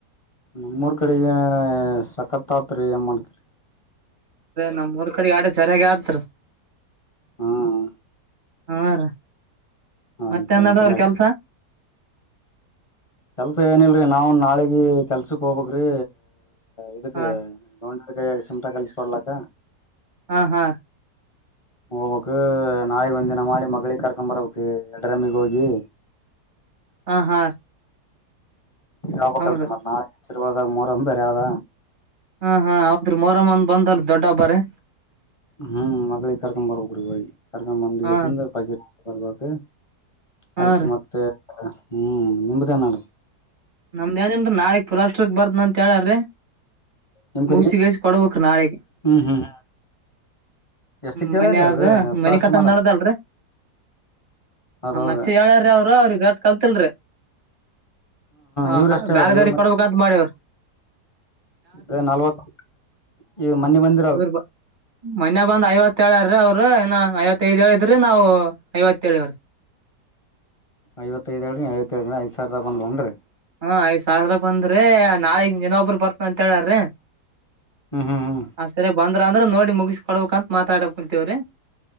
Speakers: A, on the left; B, on the right.
A: ನಮ್ಮೂರ್ ಕಡೆಗೆ ಸಖತ್ ಆತ್ರಿ ಏನ್ ಮಾಡ್ತರಿ
B: ನಮ್ಮ್ಊರ್ ಕಡೆಗೆ ಆಡ ಸರಿಯಾಗಿತ್ರ
A: ಹ್ಮ.
B: ಹಾ ರೀ <inaudible>
A: ಆಯ್ತ
B: ಮತ್ತೆನ್
A: ಆಯ್ತ್ರಿ
B: ನಡೆದಾವ್ರಿ
A: ಅದ
B: ಕೆಲ್ಸ
A: ಕೆಲ್ಸ ಏನಲ್ರರಿ ನಾವು ನಾಳಿಗ ಕೆಲ್ಸಕ್ ಹೋಗಬೆಕ್ರೀ ಇದಕ್
B: ಹ
A: ಕೈಯಾಗ್ ಸಿಮಟಾ ಕಲ್ಸಿಕೊಡ್ಲಾಕ್ಕ
B: ಹಾ ಹಾ.
A: ಹೋಬಕ್ ನಾಳಿಗ್ ಒಂದ ದಿನ ಮಾಡಿ ಮಗಳಿಗೆ ಕರ್ಕೊಂರ್ಭೆಕ್ ಎರಡ್ರಮ್ಮಿಗ್ ಹೋಗಿ.
B: <unintelligible> ಹ ಹಾ.
A: ಆಬೇಕಲ್ರಿ
B: ಹೌದ್ರ
A: ಮತ್ ನಾಳಿಗ್ <unintelligible> ಮೂರಮ್ ಬೆರೆ ಅದ
B: ಹ ಹ ಹೌದ್ರಿ ಮೊರಮ್ ಒಂದ ಬಂದಲ್ ದೊಡ್ಡ ಹಬ್ಬಾ ರೀ
A: ಹ್ಮ್ ಮಗಳಿಗೆ ಕರ್ಕೊಂಡಂರ್ಬೆಕ್ ಹೋಗಿ ಕರ್ಕೊಂಡ ಬಂದ್ಕ್ಯಾಸಿಂದ
B: ಹಾ
A: <unintelligible> ಬರ್ಬೇಕ.
B: ಹಾ
A: ಆಯ್ತ್ರಿ
B: ರೀ
A: ಮತ್ತೆ ಹ್ಮ್ ನಿಮ್ದೇನ್ಡ
B: ನಮ್ದ್ ಏನಿಲ್ಲ ರೀ ನಾಳಿಗ್ ಪುರಾಷ್ಟ್ರಕ್ ಬರ್ತ್ನ್ ಅಂತ ಹೇಳಾರೀ
A: ನಿಮ್ ಕಡೆ
B: ಮುಗಿಸಿಗಾಸಿ ಕೊಡ್ಬೇಕ್ರೀ ನಾಳೆಗ್.
A: ಹ್ಮ್ ಹ್ಮ್ ಎಷ್ಟಕ್
B: ಹ್ಮ
A: ಹೇಳ್ಯಾರಿ
B: ಮನೆ ಆದ
A: ಅದು
B: ಮನೆ
A: ಪ್ಲಾಸ್ಟರ್
B: ಕಟ್ಟಂದ್
A: ಮಾಡದ
B: ನಡ್ದಲ್ರಿ
A: ಅದೌದ
B: ಒಂದ್ ಲಕ್ಷ ಹೇಳ್ಯಾರ್ ರೀ ಅವ್ರು ಅವ್ರಗ್ ರಟ್ ಕಲ್ತಿಲ್ರಿ ಹಾ
A: ಇವ್ರ ಅಷ್ಟೇ
B: ಬ್ಯಾರೆದಾರಿಗ್
A: ಅಲ್ರಿ ಇವ್ರು
B: ಕೊಡ್ಬೇಕಂತ ಮಾಡವ್ರೀ.
A: ಏ ನಲ್ವತ್ <unintelligible> ಈ ಮನ್ನಿ ಬಂದ್
B: ಇವ್ರು ಬ ಮೊನ್ನೆ ಬಂದ್ ಐವತ್ತೇ ಹೇಳಾರೀ ಅವ್ರ ಇನ್ನಾ ಐವತ್ತೈದ್ ಹೇಳಿದ್ರಿ ನಾವು ಐವತ್ತ್ ಹೇಳಿವ್ರೀ.
A: ಐವತ್ತೈದ ಹೇಳೇನ್ರೀ ಐವತ್ತೇಳ್ ಐದ್ಸಾವಿರದಾಗ್ ಬಂದ್ವನ್ರೀ
B: ಹಾ ಐದ್ ಸಾವಿರದ ಬಂದ್ರರಿ ನಾಳಿಗ್ ಇನ್ನೊಬ್ಬರ ಬರ್ತೀನ್ ಅಂತ ಹೇಳಾರ್ರೀ
A: ಹ್ಮ ಹ್ಮ್. ಹ್ಮ್
B: ಹಾ ಸರಿಗ್ ಬಂದ್ರ ಅಂದ್ರೆ ನೋಡಿ ಮುಗಿಸ್ ಕೊಡ್ಬೇಕ ಅಂತ ಮಾತಾಡಕ್ ಕುಂತೀವ್ರೀ